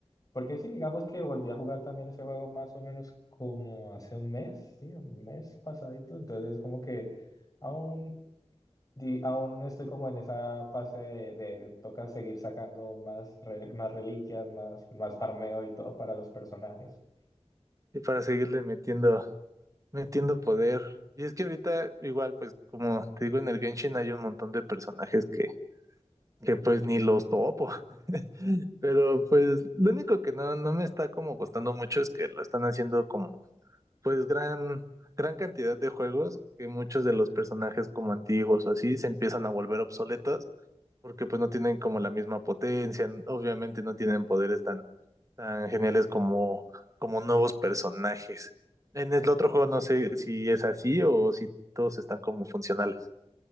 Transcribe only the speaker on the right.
Y para seguirle metiendo. No entiendo poder. Y es que ahorita, igual, pues, como te digo, en el Genshin hay un montón de personajes que, que pues ni los topo. <laughs> Pero pues lo único que no, no me está como gustando mucho es que lo están haciendo como, pues, gran, gran cantidad de juegos que muchos de los personajes como antiguos o así se empiezan a volver obsoletos porque pues no tienen como la misma potencia, n- obviamente no tienen poderes tan, tan geniales como, como nuevos personajes. En el otro juego no sé si es así o si todos están como funcionales.